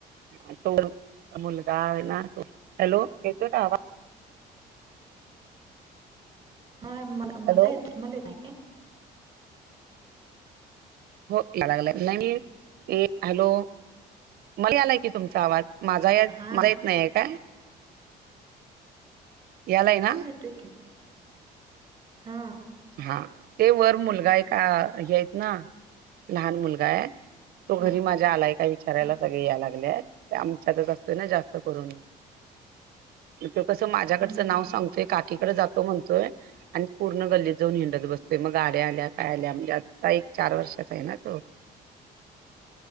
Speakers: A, on the right (about 65°); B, on the right (about 20°).
A: तुम्हाला तर मुलगा आहे ना? तो हॅलोे येतोय का आवाज?
B: हा मला मला
A: हॅलो
B: ये, येतं आहे.
A: हो या लागलाय, नाही मी ते हॅलो, मला आलाय की तुमचा आवाज माझा यात,
B: हा
A: माझा येत नाहीय काय? यायलाय ना.
B: येते की हा,
A: हा ते वर मुलगा आहे का? हेत ना लहान मुलगा आहे, तो
B: हा
A: घरी माझ्या आलाय काय विचारायला
B: हा
A: सगळे यायला लागले. तो आमच्याकडंच असतोय ना जास्त करून. तो कसं माझ्याकडचं
B: हम्म
A: नाव
B: हम्म हम्म
A: सांगतोय काकीकडे जातो म्हणतोय, आन् पूर्ण गल्लीत जाऊन हिंडत बसतोय, मग गाड्या आल्या, काय आल्या म्हणजे आता एक चार वर्षाचा आहे ना तो. <inaudible>